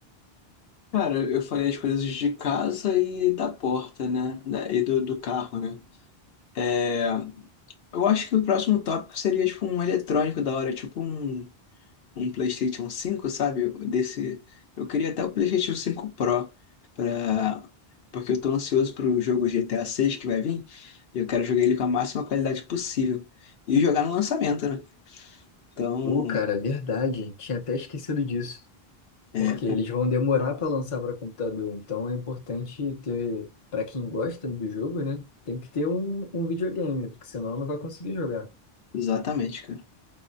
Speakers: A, on the left (about 75°); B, on the left (about 35°).
A: Cara, eu falei as coisas de casa e da porta, né? Da- E do, do carro, né? É, eu acho que o próximo tópico seria tipo um eletrônico da hora, tipo um, um PlayStation cinco sabe? Desse, eu queria até o PlayStation 5 Pro, pra, porque eu tô ansioso pro jogo GTA seis que vai vir e eu quero jogar ele com a máxima qualidade possível e jogar no lançamento, né? Então,
B: Ô, cara, é verdade. Tinha até esquecido disso.
A: é,
B: Porque
A: cara,
B: eles vão demorar para lançar para computador. Então é importante ter, para quem gosta do jogo, né? Tem que ter um, um videogame, porque senão não vai conseguir jogar.
A: exatamente, cara.